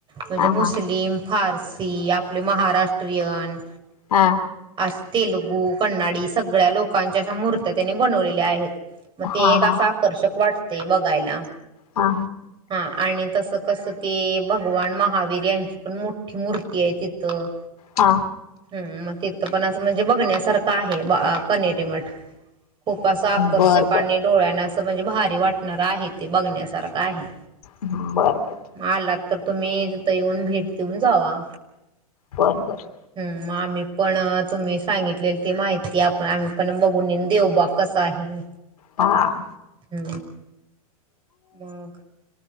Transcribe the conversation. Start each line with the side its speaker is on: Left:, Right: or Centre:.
Right: म्हणजे
Left: हा
Right: मुस्लिम फारसी आपले महाराष्ट्रीयन
Left: हा
Right: आ तेलुगू कन्नडी सगळ्या लोकांच्या अशा महूर्त्या त्यांनी बनवलेल्या आहेत. मग ते
Left: हा
Right: एक असं
Left: हा
Right: आकर्षक वाटते बघायला.
Left: हा
Right: हा आणि तसं कसं ते भगवान महावीर यांची पण मोठी मूर्ती आहे तिथं
Left: हा
Right: हम् मग तिथं पण असं म्हणजे बघण्यासारखं आहे कनेरी मठ खूअसंआकर्षक
Left: बर
Right: आणि
Left: बर
Right: डोळ्यांनाअसं म्हणजे भारी वाटणार आहे ते बघण्यासारखं आहे.
Left: बरं बरं
Right: आलात तर तुम्ही तिथं येऊन भेट देऊन जावा.
Left: बरं बरं
Right: हम मग आम्ही पण तुम्ही सांगितलेले ती माहिती आपण आम्ही पण बघून देऊ बा कस काही
Left: ह
Right: ह मग